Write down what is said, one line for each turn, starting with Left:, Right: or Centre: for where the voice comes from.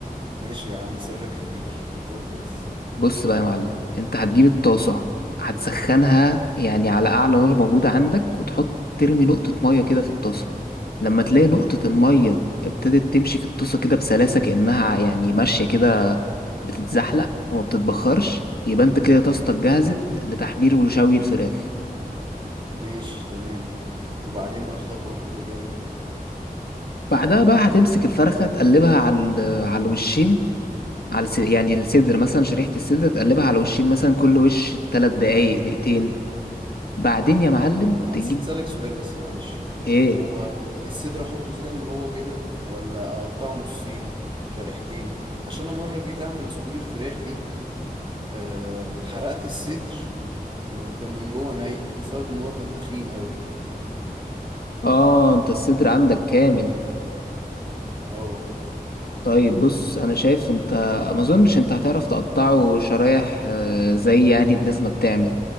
Right: ماشي يا عم سرك في بير قول لي بس
Left: بص بقى يا معلم انت هتجيب الطاسة هتسخنها يعني على أعلى نار موجودة عندك وتحط ترمي نقطة مية كده في الطاسة لما تلاقي نقطة المية ابتدت تمشي في الطاسة كده بسلاسة كأنها يعني ماشية كده بتتزحلق وما بتتبخرش يبقى انت كده طاستك جهزت لتحمير وشوي الفراخ
Right: ماشي تمام وبعدين بقى الخطوة اللي جاية
Left: بعدها بقى هتمسك الفرخة تقلبها على ال- على الوشين على الس- يعني الصدر مثلا شريحة الصدر تقلبها على الوشين مثلا كل وش تلات دقايق دقيقتين بعدين يا معلم
Right: طب أنا عايز
Left: تجيب
Right: أسألك سؤال بس معلش
Left: ايه
Right: هو ال- الصدر أحطه زي ما هو كده ولا أقطعه نصين شريحتين عشان أنا مرة جيت أعمل صدور الفراخ دي أه حرقت الصدر وكان من جوه ني بسبب إن هو كان تخين قوي
Left: اه انت الصدر عندك كامل
Right: أه
Left: طيب بص انا شايف انت ما اظنش انت هتعرف تقطعه شرايح آه، زي يعني الناس ما بتعمل